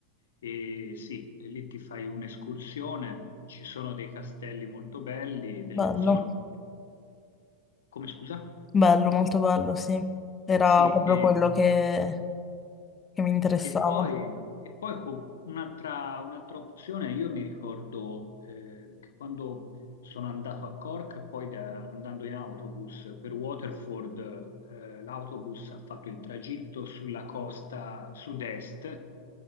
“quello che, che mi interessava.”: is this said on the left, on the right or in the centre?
Left